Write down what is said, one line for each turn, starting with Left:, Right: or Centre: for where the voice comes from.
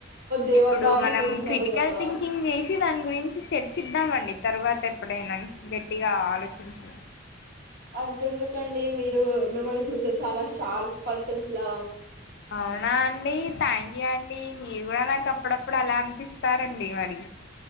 Right: దేవత
Left: ఇప్పుడు
Right: అనుకుంటున్నారు
Left: మనం క్రిటికల్
Right: కదా
Left: థింకింగ్ చేసి దాని గురించి చర్చిద్దామండి తర్వాత ఎప్పుడైనా గెట్టిగా ఆలోచించి
Right: అంత ఎందుకండి మీరు మిమ్మల్ని చూస్తే చాలా షార్ప్ పర్సన్స్ లా
Left: అవునా అండి థ్యాంక్ యూ అండి మీరు కూడా నా <unintelligible> అప్పుడప్పుడు అలా అనిపిస్తారండి మరి